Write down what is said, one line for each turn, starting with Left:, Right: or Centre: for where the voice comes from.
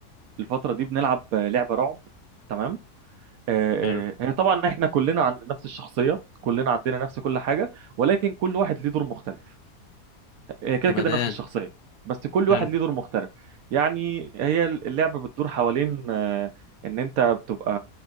Right: الفترة دي بنلعب لعبة رعب تمام آه،
Left: حلو
Right: آه، هي طبعا احنا كلنا عند نفس الشخصية كلنا عندنا نفس كل حاجة ولكن كل واحد ليه دور مختلف هي كده
Left: جمدان
Right: كده نفس الشخصية بس كل
Left: حلو
Right: واحد ليه دور مختلف يعني هي اللعبة بتدور حوالين آه، ان انت بتبقى